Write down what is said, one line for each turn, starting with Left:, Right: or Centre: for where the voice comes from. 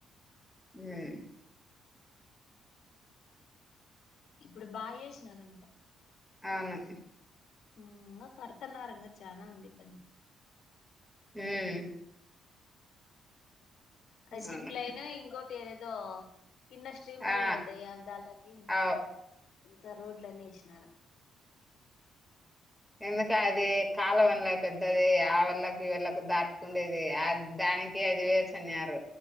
Centre: హ్మ్మ్
Left: ఇప్పుడు బాగా చేసినార అంతా
Centre: అవును
Left: ఇంగా కడతన్నారు చానా ఉంది పని
Centre: హ్మ్మ్
Left: అ జిప్లైనా
Centre: అవును
Left: ఇంకోటి ఏరదో కింద స్ట్రీమర్లు
Centre: ఆ
Left: పోతాయి ఆ విధళకి
Centre: అవు
Left: ఇంత రోడ్లన్నీ ఎసినారు
Centre: ఎందుకా
Left: ఉమ్
Centre: అది కాలవన్ల పెద్దది ఆ వాళ్ళకి ఈ వాళ్ళకి దాటుకుండేది ఆ దానికి ‌. కి అదివేచ్చనారు